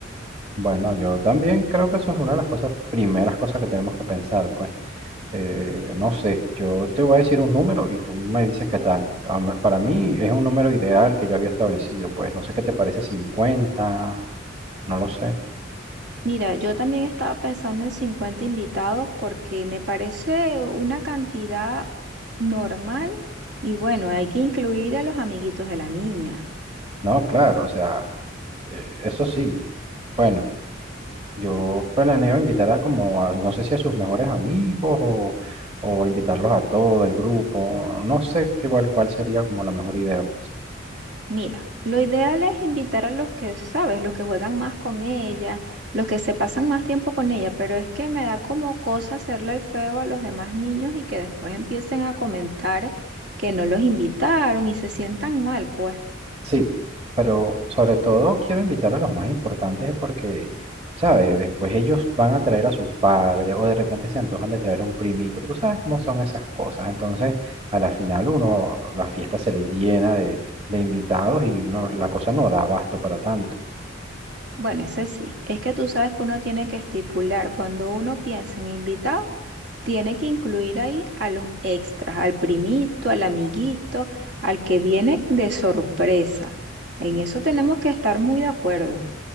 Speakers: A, on the right (about 30°); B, on the right (about 60°).
A: Bueno, yo también creo que eso es una de las cosas, primeras cosas que tenemos que pensar, pues. Eh, no sé, yo te voy a decir un número y tú me dices qué tal. A mí- Para mí es un número ideal que yo había establecido, pues no sé qué te parece cincuenta no lo sé.
B: Mira, yo también estaba pensando en 50 invitados porque me parece una cantidad normal y bueno, hay que incluir a los amiguitos de la niña.
A: No, claro, o sea, eh, eso sí. Bueno, yo planeo invitar a como, a- no sé si a sus mejores amigos o, o invitarlos a todo el grupo. No sé qué, cuál, cuál sería como la mejor idea, pues.
B: Mira, lo ideal es invitar a los que, sabes, los que juegan más con ella, los que se pasan más tiempo con ella, pero es que me da como cosa hacerle el feo a los demás niños y que después empiecen a comentar que no los invitaron y se sientan mal, pues.
A: Sí, pero sobre todo quiero invitar a los más importantes porque, ¿sabes? Después ellos van a traer a su padre o de repente se antojan de traer a un primito. Tú sabes cómo son esas cosas. Entonces, a la final uno, la fiesta se le llena de, de invitados y uno, la cosa no da abasto para tanto.
B: Bueno, ese sí. Es que tú sabes que uno tiene que estipular, cuando uno piensa en invitado, tiene que incluir ahí a los extras, al primito, al amiguito, al que viene de sorpresa. En eso tenemos que estar muy de acuerdo.